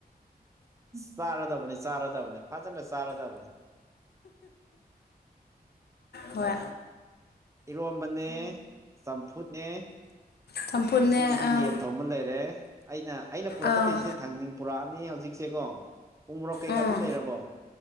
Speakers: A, on the right; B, on the left.
A: ꯆꯥꯔꯗꯕꯅꯤ ꯆꯥꯔꯗꯕꯅꯤ ꯐꯖꯅ ꯆꯥꯔꯗꯕꯅꯤ
B: ꯍꯣꯏ
A: ꯏꯔꯣꯝꯕꯅꯦ ꯆꯝꯐꯨꯠꯅꯦ
B: ꯆꯝꯐꯨꯠꯅꯦ
A: ꯉꯁꯤꯒꯤꯗꯤ
B: ꯑꯪ
A: ꯌꯦꯟ ꯊꯣꯡꯕ ꯂꯩꯔꯦ ꯑꯩꯅ ꯑꯩꯅ ꯄꯨꯔꯛꯀꯗꯣꯏꯁꯦ
B: ꯑꯪ
A: ꯊꯥꯡꯖꯤꯡ ꯄꯨꯔꯛꯑꯅꯤ ꯍꯧꯖꯤꯛꯁꯦ ꯀꯣ ꯄꯨꯡ ꯃꯣꯔꯣꯛ ꯀꯩꯀꯥꯗꯤ
B: ꯎꯝ
A: ꯂꯩꯔꯕꯣ